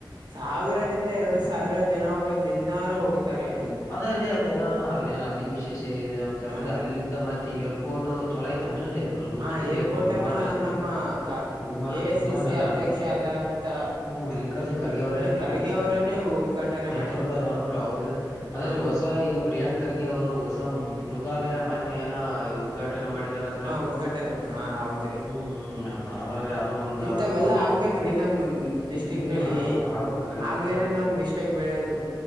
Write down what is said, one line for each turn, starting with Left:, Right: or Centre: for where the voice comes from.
Right: ಸಾವಿರದಿಂದ ಎರಡು ಸಾವಿರ ಜನವರು ದಿನಾರು ಹೋಗುತ್ತಾರೆ ಅಲ್ಲಿ.
Left: ಅದೇ ರೀ ಅಲ್ಲಿ ಏನ ಅಲ್ಲಿನ ಅಲ್ಲಿ ವಿಶೇಷ ಇ ಅಂತಲ್ರರಿ
Right: ಹ
Left: ಅಲ್ಲಿಲ್ಲಿದ್ದ ಮತ್ತೆ ಏರ್ಪೋರ್ಟ್ ಚಲೋ ಐತೆ ಏನ್ರಿ ಅಲ್ಲಿ ಕಲಬುರ್ಗಿ
Right: ಹ ಏರ್ಪೋರ್ಟ್
Left: ವಿಮಾನ
Right: ಅನ್ನ ನಮ್ಮ ಕ
Left: ವಿಮಾನ
Right: ಎ
Left: ವಿಮಾನ
Right: ಸಿ ಸಿ
Left: ನಿಲ್ದಾಣ.
Right: ಅಧ್ಯಕ್ಷ ಆದಾರಂತ
Left: ಹ್ಮ ಮಲ್ಲಿಕಾರ್ಜುನ್ ಖರ್ಗೆ ಅವ್ರೇ ನಿರ್ಮಲಿಸ್ರ
Right: ಖರ್ಗೆ ಅವರನ್ನೇ ಉದ್ಘಾಟನೆ
Left: ನೇತೃತ್ವ
Right: ಮಾಡ್ಯಾರ ನೋಡ್ರಿ
Left: ಹೌದ್ರ ಅದ
Right: ಹಾ
Left: ರಿ ಹೊಸ ಈಗ ಪ್ರಿಯಾಂಕ್ ಖರ್ಗೆ ಅವರು ಹೊಸ ಮೃಗಾಲಯ ಮನ್ಯ ಏನ ಉದ್ಘಾಟನೆ ಮಾಡಿದ್ದಾರೆ ಅಂತ
Right: ಹಾ ಉದ್ಘಾಟನೆ ಮಾ ಹೌದ್ರಿ.
Left: ಹ್ಮ್ ಅದರಿ
Right: ಹ್ಮ್
Left: ಅದು ಒಂದ್
Right: ಇಂತವೆಲ್ಲಾ
Left: ಅದಕ್ಕೊಂದ್
Right: ಆಗ್ಬೇಕ್ರಿ ನಮ ಡಿಸ್ಟ್ರಿಕ್
Left: ಹ್ಮ್
Right: ನಲ್ಲಿ
Left: ಆಗ್ ಆಗ್ಬೇಕ್ರಿ
Right: ಆಗ್ಲೇನೆ
Left: ಹಂಗಾಗಿ
Right: ನಮ್ ಡಿಸ್ಟಿಕ್ ಬೆಳೆಯದು